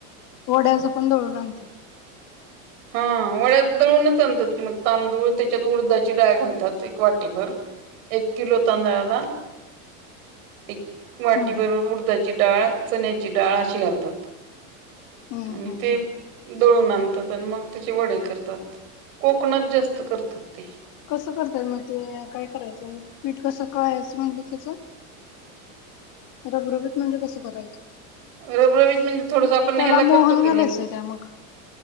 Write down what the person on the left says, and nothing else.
वड्याचं पण दळून आणतेत.
हम्म हम्म
हा
हा
हा.
कसं करतय मग ते काय करायचं पीठ कसं कयाचं म्हणलीस त्याच. रबरबीत म्हणजे कसं करायचं?
त्याला
मोहन
घालायचंय
काय मग